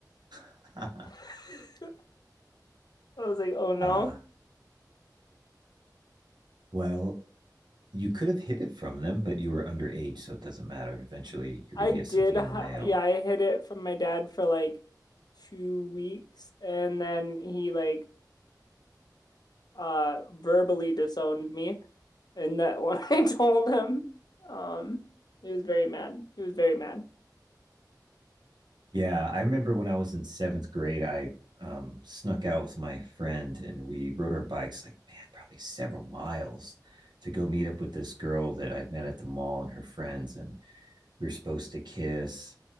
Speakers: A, on the right; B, on the left.
A: <laughs>
B: <laughs> I was like, "Oh no."
A: uh well, you could have hid it from them, but you were underage, so it doesn't matter. Eventually, you're
B: I
A: going to
B: did
A: get something
B: hi-
A: in the mail.
B: yeah, I hid it from my dad for like two weeks and then he like uh verbally disowned me and that <laughs> when I told him um he was very mad. He was very mad.
A: Yeah, I remember when I was in seventh grade, I um, snuck out with my friend and we rode our bikes, like, man, probably several miles to go meet up with this girl that I'd met at the mall and her friends. And we were supposed to kiss